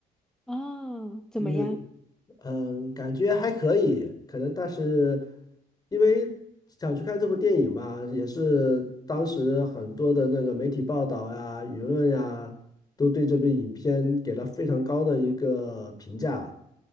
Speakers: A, in the centre; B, on the left.
A: 哦，怎么样？
B: 嗯。嗯，感觉还可以，可能但是因为想去看这部电影嘛，也是当时很多的那个媒体报道呀、舆论呀，都对这部影片给了非常高的一个评价